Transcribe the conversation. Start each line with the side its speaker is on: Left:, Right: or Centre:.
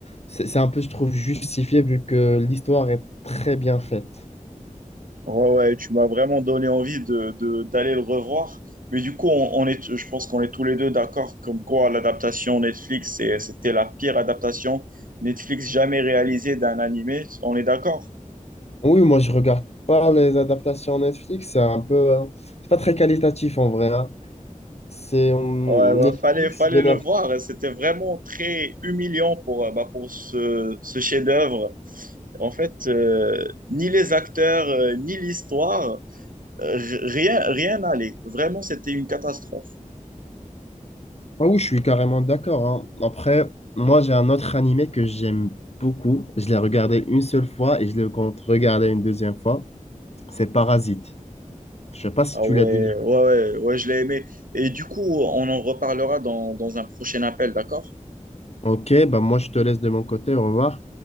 Left: c'est c'est un peu, je trouve, justifié vu que l'histoire est très bien faite.
Right: Ouais, ouais, tu m'as vraiment donné envie de, de- d'aller le revoir. Mais du coup, on, on est, je pense qu'on est tous les deux d'accord comme quoi l'adaptation Netflix, c'est- c'était la pire adaptation Netflix jamais réalisée d'un animé. On est d'accord?
Left: Oui, moi je regarde pas les adaptations Netflix, c'est un peu, euh, c'est pas très qualitatif en vrai. hein. C'est, hum,
Right: Ouais, bah,
Left: Netflix,
Right: fallait, fallait
Left: bien
Right: le voir. C'était vraiment très humiliant pour, euh, bah, pour ce, ce chef-d'œuvre. En fait, euh, ni les acteurs, euh, ni l'histoire, euh, r- rien, rien n'allait. Vraiment, c'était une catastrophe.
Left: Ah oui, je suis carrément d'accord. hein. Après, moi, j'ai un autre animé que j'aime beaucoup. Je l'ai regardé une seule fois et je le compte regarder une deuxième fois. C'est Parasite. Je sais pas si
Right: Ah
Left: tu
Right: ouais,
Left: l'as déjà.
Right: ouais, ouais, ouais, je l'ai aimé. Et du coup, on en reparlera dans, dans un prochain appel, d'accord?
Left: Ok, bah moi, je te laisse de mon côté. Au revoir.